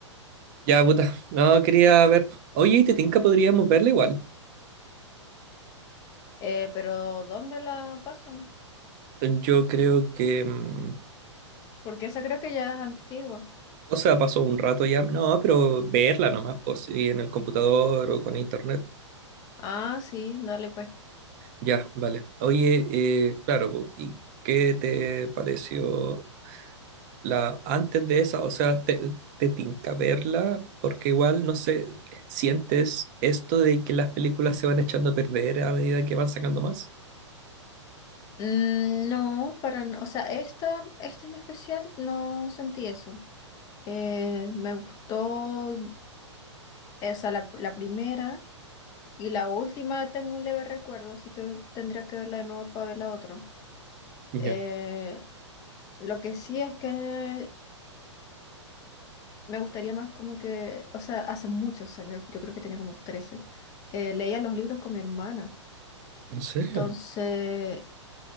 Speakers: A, on the right (about 40°); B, on the left (about 25°).
A: Ya, puta. No, quería ver. Oye, ¿y te tinca? Podríamos verla igual.
B: Eh, pero ¿dónde la pasan?
A: Yo creo que. mm,
B: Porque esa creo que ya es antigua.
A: O sea, pasó un rato ya. No, pero verla nomás, pues, sí, en el computador o con internet.
B: Ah, sí, dale pues.
A: Ya, vale. Oye, eh, claro, po, ¿y qué te pareció la antes de esa? O sea, ¿te, te tinca verla? Porque igual, no sé, ¿sientes esto de que las películas se van echando a perder a medida que van sacando más?
B: Mm, no, para, n- o sea, esta, esta en especial no sentí eso. Eh, me gustó, o sea, la, la primera. Y la última, tengo un leve recuerdo, así que tendría que verla de nuevo para ver la otra.
A: Ya.
B: Eh, lo que sí es que me gustaría más como que, o sea, hace muchos años, yo creo que tenía como trece eh, leía los libros con mi hermana.
A: ¿En serio?
B: Entonces,